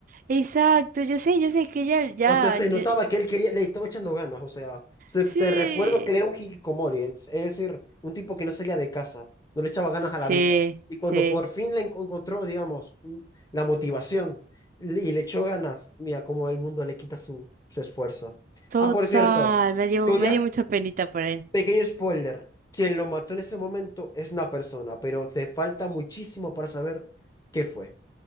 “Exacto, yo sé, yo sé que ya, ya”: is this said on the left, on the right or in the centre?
Right